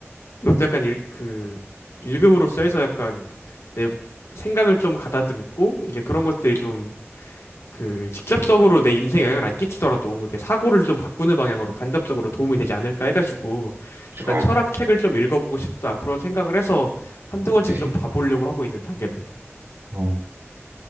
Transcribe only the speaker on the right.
좋아.
네.
어,